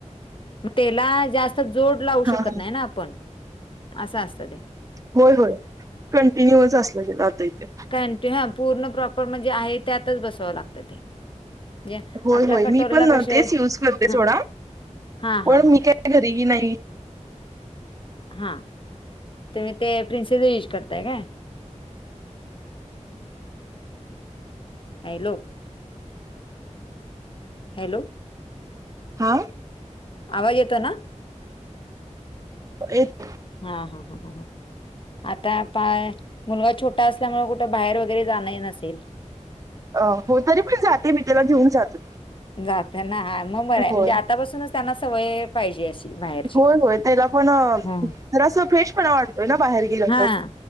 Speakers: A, on the left; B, on the right.
A: मग त्याला जास्त जोड लावू
B: हा
A: शकत
B: हा
A: नाही ना आपण असं असत ते
B: होय होय कंटिन्यूच असलं गे जात इथे.
A: काय त ह पूर्ण प्रॉपर म्हणजे आहे त्यातच बसावं लागतं ते म्हणजे
B: होय
A: आपला
B: होय
A: कटोरीला
B: मी पण
A: कसे
B: तेच यूज करते
A: हा
B: सोडा
A: हा
B: पण
A: हा हा
B: मी काय घरीही नाही.
A: हा तुम्ही ते प्रिन्सेस युज करताय काय? हॅलो हॅलो
B: हा
A: आवाज येतोय ना
B: एक
A: हा हा ह ह आता मुलगा छोटा असल्यामुळे कुठं बाहेर वगैरे जाणं नसेल
B: अ हो तरी पण जाते मी त्याला घेऊन जातो
A: जात ना मग बरं आहे
B: होय
A: म्हणजे आतापासूनच त्यांना सवय पाहिजे अशी बाहेरची
B: होय होय त्याला पण
A: हम्म.
B: जरस फ्रेश पण आवडतय ना बाहेर गेलं
A: हा
B: तर